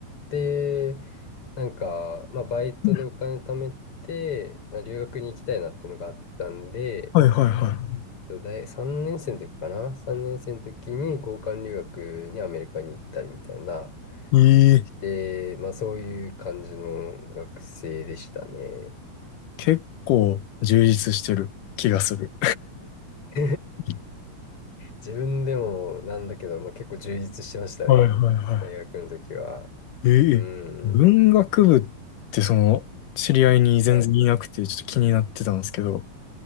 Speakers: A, on the left; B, on the left.
A: で、なんか、まあ、バイトでお金貯めて、
B: うん。
A: あ留学に行きたいなっていうのがあったんで、
B: はいはいは
A: 大3年生の時かな ?3 年生の時に交換留学にアメリカに行ったりみたいな、
B: い。ええ、
A: で、まあ、そういう感じの学生でしたね。
B: 結構充実してる気がする。
A: <laughs>
B: <laughs>
A: 自分でもなんだけど、まあ、結構充実してましたね。
B: はいはいはい。
A: 大学の時は。
B: ええ、
A: う
B: 文学部っ
A: ん。
B: てその、知り合いに全然いなくて、
A: はい。
B: ちょっと気になってたんですけど、